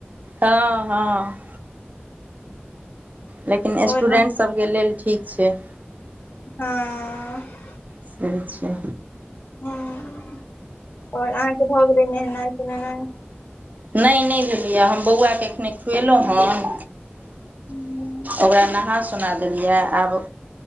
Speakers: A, on the right; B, on the left.
A: हँ-हँ लेकिन
B: और
A: स्टूडेन्ट
B: अहाँ
A: सबके लेल ठीक छय।
B: हँऽ
A: से छै।
B: और अहाँके भऽ गेलै नहेनाइ सुनेनाइ।
A: नहि -नहि भेलैए ये, हम बौआके एखने खुएलहुँ हन।
B: हूँ
A: ओकरा नहा सुना देलिय ये आब